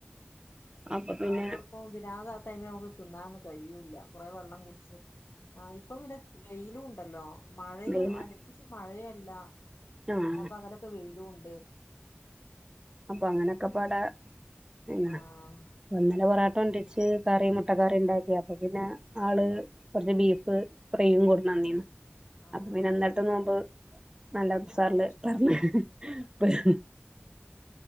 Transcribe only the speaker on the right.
അപ്പൊ പിന്നെ
എന്തേലും
ആഹ്
അപ്പൊ അങ്ങനെയൊക്കെ പാടെ പിന്നെ
ഇന്നലെ ബൊറോട്ട കൊണ്ട്രി ച്ച് കറി മുട്ടക്കറി ഇണ്ടാക്കി അപ്പൊപിന്നെ ആള് കൊറച്ച് ബീഫ് ഫ്രയും കൊടുന്നന്നീന്ന്
അപ്പൊ പിന്നെ ഇന്നലെത്തെ നോമ്പ്. നല്ല ഉസാറില്
പെറന്ന്.